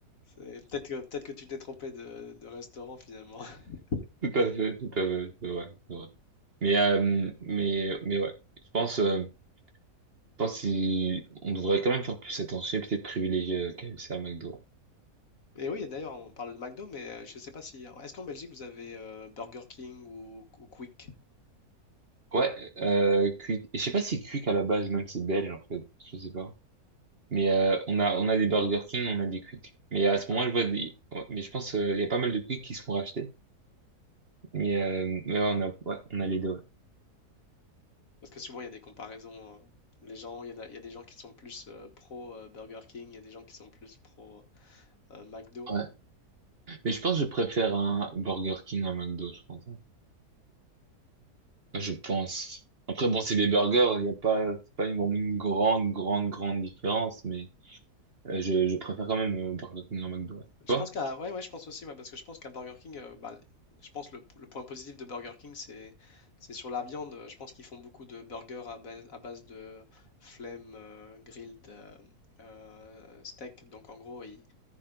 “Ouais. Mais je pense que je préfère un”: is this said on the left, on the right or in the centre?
Right